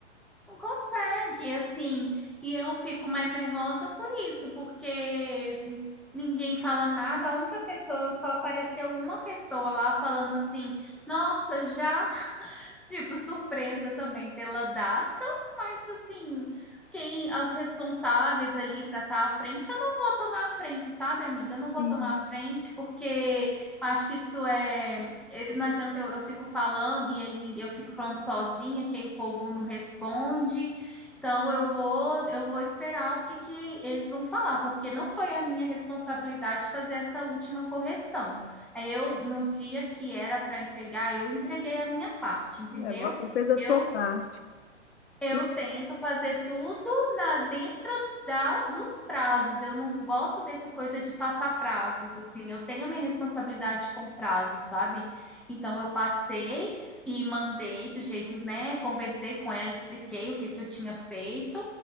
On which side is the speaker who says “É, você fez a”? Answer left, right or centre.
Left